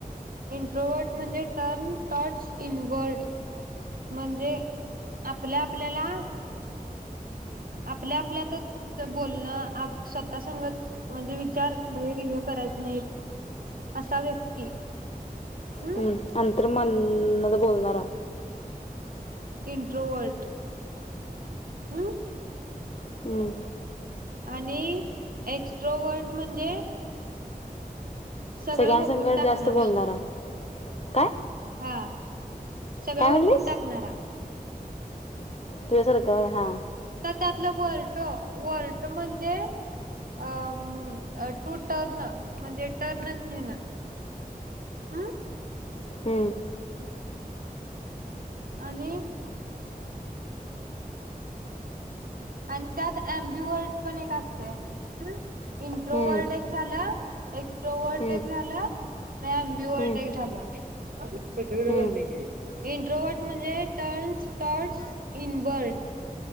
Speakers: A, on the right; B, on the left.
A: इंट्रोवट म्हणजे टर्न टॉटस इनवर्ड म्हणजे आपल्या आपल्याला आपल्या आपल्यातच बोलण आप स्वता संगत म्हणजे विचार भैरय करायच नाहीत असा व्यक्ती हम्
B: हम्म अंतर मान मद्धे बोल तरा
A: इंट्रोवर्ट हम्म
B: हम्म.
A: आणि एक्स्ट्रोवर्ट म्हणजे सगळ
B: सगळ्यांसंग
A: वकून टाकणारा
B: जास्त बोलणारा काय
A: हा सगळं
B: काय म्हणलीस
A: वाकुन टाकणारा
B: तूया सारक त हा
A: त्यातल वर्टो वर्ट म्हणजे अ टू टर्न म्हणजे टर्न घेण हम्
B: हम्म
A: आणि आणि त्यात ॲम्बीवर्ट पण एक असतय हम् इंट्रोवर्ट
B: हम्म,
A: एक झाल एक्स्ट्रोवर्ट
B: हम्म,
A: एक झाल प्या ॲम्बीवर्ट
B: हम्म,
A: एक झाला अगं सगळ
B: हम्म.
A: आणि घे इंट्रोवर्ट म्हणजे टर्नस टॉट्स इनवर्ल्ड